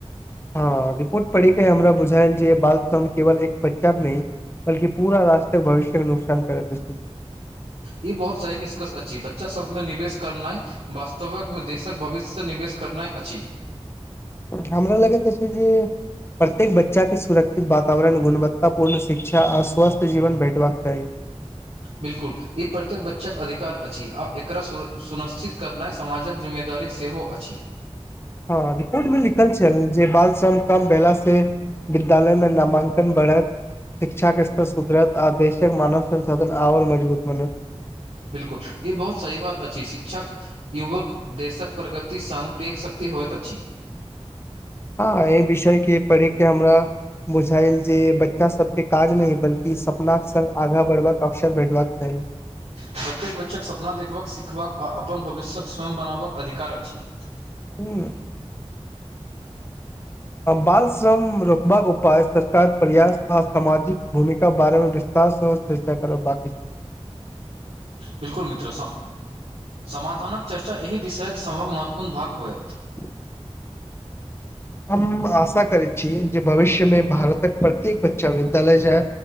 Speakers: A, on the left (about 20°); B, on the right (about 80°).
A: हँ रिपोर्ट पढ़िक के हमरा बुझायल जे बाल श्रम केवल एक बच्चाक के न बल्कि पूरा राष्ट्रक भविष्य के नुकसान करैत अछि
B: ई बहुत सही निष्कर्ष अछि बच्चा सभ मे निवेश करनाइ वास्तविकमे देशक भविष्य से निवेश करनाइ अछि
A: हमरा लगैत छै जे प्रत्येक बच्चाके सुरक्षित वातावरण गुणवत्ताापूर्ण शिक्षा आर स्वस्थ्य जीवन भेटबाक चाही
B: बिल्कुल ई प्रत्येक बच्चाक अधिकार अछि आ एकरा सुनिश्चित कर नहि समाजक जिम्मेदारी सेहो अछि
A: हँ रिपोर्ट मे लिखल छै जे बाल श्रम कम भेला से विद्यालय मे नामांकन बढ़त शिक्षा के स्तर सुधरत आ देशक मानव संसाधन आओर मजबूत बनत
B: बिलकुल ई बहुत सही बात अछि शिक्षक युवक देशक प्रगति सङ्ग पैघ शक्ति होइत अछि
A: हँ एहि विषय के पढ़े के हमरा बुझायल जे बच्चा सबके काज नहि बल्कि सपनााक के संग आगा बढ़बाक के अवसर भेटबाक चाही
B: प्रत्येक बच्चे सपना देखबाकक सिखबाक आ अपन भविष्यके स्वयं बनेबक अधिकार अछि
A: हूँ बाल श्रम रोकबाक उपाय सरकार प्रयास आ सामाजिक भूमिका बारे बेसी त <unintelligible> चर्चा करब बाकी
B: बिल्कुल मित्र समाधानक चर्चा एहि विषयक सभक महत्वपूर्ण भाग होयत
A: <inaudible> हम आशा करैत छी जे भविष्यमे भारतक प्रत्येक बच्चा विद्यालय जाय